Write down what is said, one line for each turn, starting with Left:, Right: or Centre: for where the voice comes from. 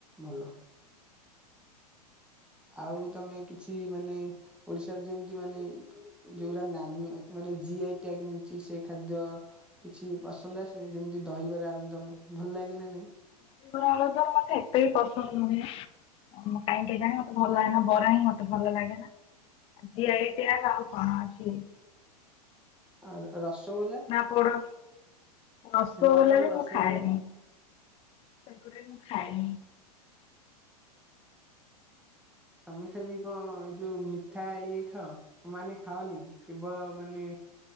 Centre: ଭଲ। ଆଉ ତମେ କିଛି ମାନେ ଓଡିଶାରେ ଯେମିତି ମାନେ ଇ ଯୋଉରା ନାମ ମାନେ ଜିଆଇ ଟ୍ୟାଗ ମିଳଛି ସେ ଖାଦ୍ୟ। କିଛି ପସନ୍ଦ ଆସିନି ଯେମିତି ଦହିବାରେ ଆଳୁ ଦମ ଭଲ ଲାଗେ ନା ନାଇଁ?
Left: ଦହିବରା ଆଳୁ ଦମ ମତେ ଏତେ ବି ପସନ୍ଦ ନୁହେଁ। ମୁଁ କାଇଁ କେଜାଣି ମତ ଭଲ ଲାଗେନା ବରା ହିଁ ମତେ ଭଲ ଲାଗେ ନା। ଜିଆଇ ଟ୍ୟାଗ ଆଉ କଣ ଅଛି?
Centre: ଆଉ ର ରସଗୋଲା।
Left: ପୋଡ଼ ରସଗୋଲା
Centre: ଛେନାପୋଡ
Left: ବି
Centre: ରସଗୋଲା
Left: ମୁଁ ଖାଏନି। ସେଗୁଡା ବି ମୁଁ ଖାଏନି।
Centre: ତମେ ଖାଲି କଣ ଏଇ ଯୋଉ ମିଠା ଇଏ ଖାଅ? ମାନେ ଖାଅନି କେବଳ ମାନେ